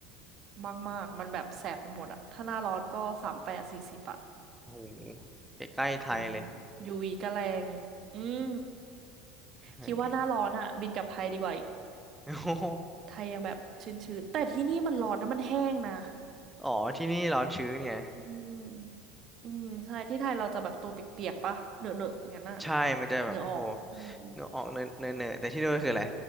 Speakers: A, on the right; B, in the centre.
A: มากมากมันแบบแสบไปหมดอ่ะ ถ้าหน้าร้อนก็สามแปดสี่สิบอ่ะ
B: โอ้โหใกล้ๆไทยเลย
A: อืมยูวีก็แรง อืม
B: <laughs>
A: คิดว่าหน้าร้อนอ่ะบินกลับไทยดีกว่าอีก
B: เออโอ้โห
A: ไทยยังแบบชื้นๆแต่ที่นี่มันร้อนแล้วมันแห้งนะ
B: อ๋อที่นี่ร้อนชื้นไง
A: อืมอืมใช่ที่ไทยเราจะแบบตัวเปียกๆปะเหนอะๆอย่างนั้นอะ
B: ใช่มันจะแบบโอ้โห
A: เหงื่อออก อืม
B: เนื้อออกเนื้อเนื้อแต่ที่นู่นคืออะไร